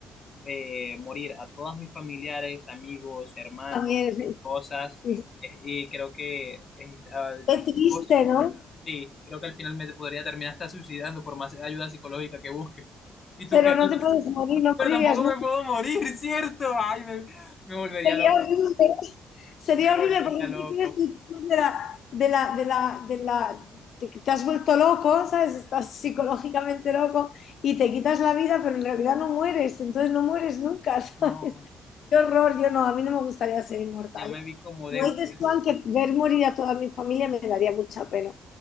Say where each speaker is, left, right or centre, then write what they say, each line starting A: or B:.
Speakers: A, on the left; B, on the left.
A: eh, morir a todos mis familiares, amigos, hermanos,
B: También, sí.
A: cosas.
B: sí.
A: eh, y creo que eh, al-
B: Qué triste,
A: cosas,
B: ¿no?
A: sí, creo que al final me podría terminar hasta suicidando por más ayuda psicológica que busque. ¿Y tú
B: Pero
A: qué harías?
B: no te puedes morir, no
A: Pero
B: morirías
A: tampoco
B: nunca.
A: me puedo morir, <laughs> ¿cierto? Ay, me, me volvería
B: Sería
A: loco.
B: horrible, sería
A: Me volvería
B: horrible porque
A: loco.
B: tú te quieres tú de la, de la, de la, de la, te, te has vuelto loco, ¿sabes? Estás psicológicamente loco y te quitas la vida, pero en realidad no mueres, entonces no mueres nunca, <laughs> ¿sabes?
A: No,
B: Qué horror, yo no, a mí no me gustaría ser inmortal.
A: ya me vi como
B: Como
A: Deadpool.
B: dices tú, que ver morir a toda mi familia me daría mucha pena,